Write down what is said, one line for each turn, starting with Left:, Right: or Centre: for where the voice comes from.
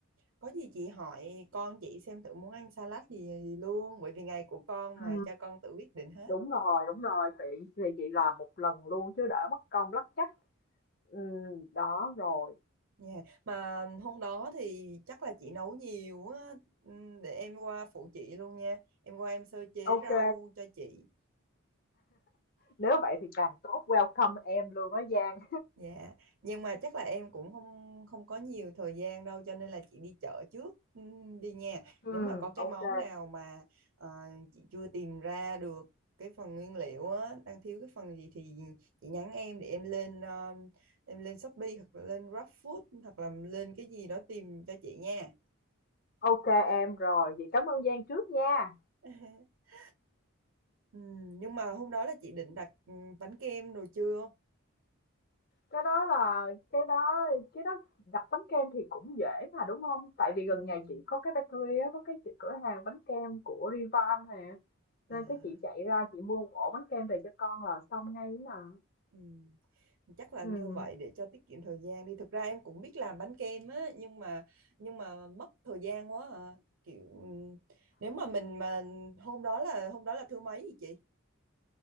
Right: Có gì chị hỏi con chị xem thử muốn ăn salad gì luôn bởi vì ngày của con
Left: Ừ,
Right: mà cho con tự quyết định hết
Left: đúng rồi, đúng rồi, tiện thì chị làm một lần luôn chứ đỡ mất công lắc chắc. Ừ, đó rồi.
Right: nha Mà hôm đó thì chắc là chị nấu nhiều á ừm, để em qua phụ chị luôn nha. Em qua em sơ chế
Left: Ok,
Right: rau cho chị
Left: nếu vậy thì càng tốt, welcome em luôn á Giang.
Right: Dạ, nhưng mà chắc là em cũng không không có nhiều thời gian đâu cho nên là chị đi chợ trước ừm, đi nha.
Left: Ừ,
Right: Nếu mà có cái
Left: ok.
Right: món nào mà ờ, chị chưa tìm ra được cái phần nguyên liệu á, đang thiếu cái phần gì thì chị nhắn em để em lên ờ, em lên Shopee hoặc là lên GrabFood hoặc là lên cái gì đó tìm cho chị nha.
Left: Ok em rồi, vậy cảm ơn Giang trước nha.
Right: <laughs> Ừm, nhưng mà hôm đó là chị định đặt ừm, bánh kem đồ chưa?
Left: Cái đó là cái đó cái đó đặt bánh kem thì cũng dễ mà đúng không? Tại vì gần
Right: Ừm,
Left: nhà chị có cái bakery á, có cái chị- cửa hàng bánh kem của Rivan nè.
Right: à,
Left: Nên cái chị chạy ra chị mua một ổ bánh kem về cho con là xong ngay ấy mà.
Right: ừm. chắc là
Left: Ừ.
Right: như vậy để cho tiết kiệm thời gian đi thực ra em cũng biết làm bánh kem á nhưng mà nhưng mà mất thời gian quá à. kiểu nếu mà mình mà hôm đó là hôm đó là thứ mấy vậy chị